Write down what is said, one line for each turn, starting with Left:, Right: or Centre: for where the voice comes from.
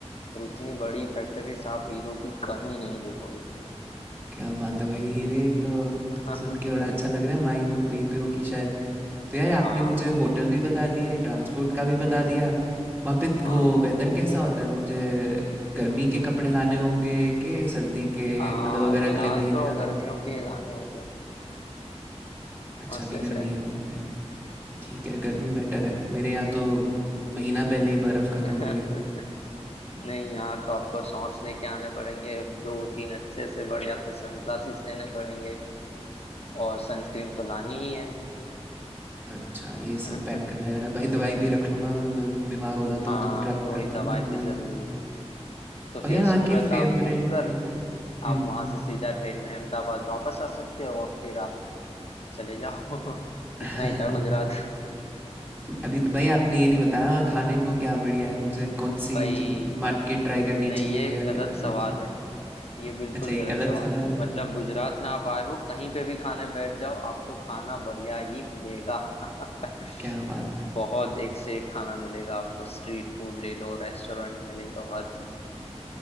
Left: और उतनी बड़ी फैक्ट्रीज आप हीरो की कहीं नहीं देखोगे
Right: क्या बात है भाई! हीरे तो
Left: <laughs>
Right: ये तो सुन के बड़ा अच्छा लग रहा है, माइन वहीं पे होगी शायद। तो यार आपने
Left: हाँ
Right: मुझे होटल भी बता दिए ट्रांसपोर्ट का भी बता दिया वहाँ पे
Left: हाँ
Right: वो वेदर कैसा होता है मुझे गर्मी के कपड़े लाने होंगे कि सर्दी के
Left: हाँ
Right: मतलब अगर
Left: फिलहाल
Right: अगले महीने
Left: तो गर्मियों
Right: आना हो
Left: के लाने होंगे <clears throat>
Right: अच्छा
Left: मस्त
Right: अभी
Left: ऐसे
Right: गर्मी है वहाँ पे ठीक है गर्मी बेटर है मेरे यहाँ तो महीना पहले ही बर्फ़ ख़त्म
Left: <laughs>
Right: हुई है
Left: नहीं यहाँ तो आपको शॉर्ट्स लेके आने पड़ेंगे दो तीन अच्छे से बढ़िया से सनग्लासेस लेने पड़ेंगे और सनस्क्रीन तो लानी ही है
Right: अच्छा ये
Left: <laughs>
Right: सब पैक कर लेना है भाई दवाई भी रख लूँगा मैं, मैं बीमार हो जाता
Left: हाँ
Right: हूँ जब ट्रैवल
Left: थोड़ी
Right: करता
Left: दवाई
Right: हूँ ना दवाई
Left: भी जरूरी
Right: भी
Left: है तो फिर
Right: और यार वहाँ
Left: सूरत
Right: के फेवरेट
Left: आप घूम कर
Right: हम्म
Left: आप वहां से सीधा ट्रेन में अहमदाबाद वापस आ सकते हो और फिर आप चले जाओ <laughs>
Right: <laughs>
Left: इतना ही था गुजरात <laughs>
Right: अभी तो भाई आपने ये नहीं बताया खाने को क्या बढ़िया है मुझे कौन
Left: भाई
Right: सी ज- मार्केट ट्राई करनी
Left: नहीं
Right: चाहिए
Left: ये
Right: या
Left: गलत
Right: क्या खाना
Left: सवाल
Right: चाहिए
Left: है ये बिल्कुल
Right: अच्छा ये
Left: गलत
Right: गलत
Left: सवाल
Right: सवाल
Left: है
Right: है
Left: मतलब गुजरात में आप आए हो कहीं पे भी खाने बैठ जाओ आपको खाना बढ़िया ही मिलेगा <laughs>
Right: क्या बात है
Left: बहुत एक से एक खाना मिलेगा आपको स्ट्रीट फूड ले लो रेस्टोरेंट में ले लो हर चीज में